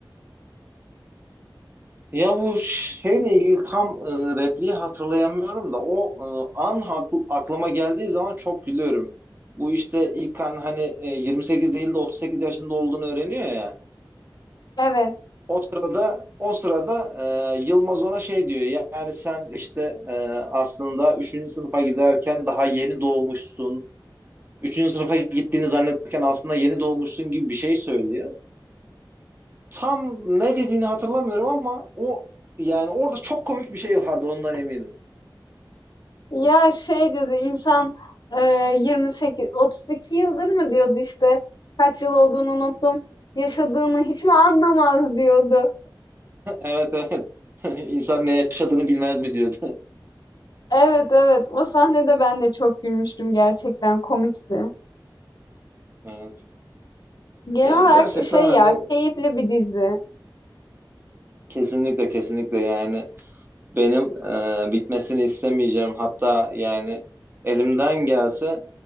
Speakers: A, on the right (about 25°); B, on the left (about 55°).
A: Ya bu şeyle ilgili tam e, repliği hatırlayamıyorum da o e, an haklı- aklıma geldiği zaman çok gülüyorum. Bu işte ilk an hani e, 28 değil de 38 yaşında olduğunu öğreniyor ya.
B: Evet.
A: O sırada o sırada e, Yılmaz ona şey diyor. Yani sen işte e, aslında üçüncü sınıfa giderken daha yeni doğmuşsun. üçüncü sınıfa gittiğini zannederken aslında yeni doğmuşsun gibi bir şey söylüyor. Tam ne dediğini hatırlamıyorum ama o yani orada çok komik bir şey vardı ondan eminim.
B: Ya, şey dedi, insan, eee, 28 32 yıldır mı diyordu işte, kaç yıl olduğunu unuttum, yaşadığını hiç mi anlamaz diyordu.
A: Evet evet. <laughs> İnsan ne yaşadığını bilmez mi diyordu. <laughs>
B: Evet, evet. O sahnede ben de çok gülmüştüm gerçekten komikti.
A: Evet.
B: Genel
A: Yani
B: olarak
A: gerçekten
B: şey
A: hani
B: ya, keyifli bir dizi.
A: kesinlikle kesinlikle yani benim e, bitmesini istemeyeceğim. Hatta yani elimden gelse